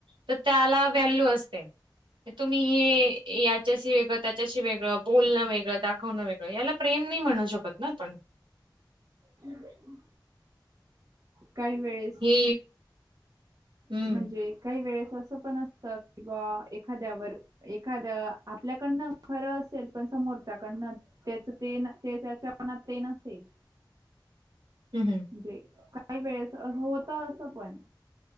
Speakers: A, on the right; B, on the right.
A: तर त्याला वॅल्यू असते तुम्ही हे याच्याशी वेगळं त्याच्याशी वेगळं बोलणं वेगळं दाखवणं वेगळं याला प्रेम नाही म्हणू शकत ना पण
B: हम् काही वेळेस
A: हे हम्म
B: म्हणजे काही वेळेस असं पण असत कि बा एखाद्यावर एखादं आपल्याकडनं खरं असेल पण समोरच्याकडनं त्याच ते त्याच्या मनात ते नसेल
A: हम हम
B: म्हणजे काही वेळेस होत असं पण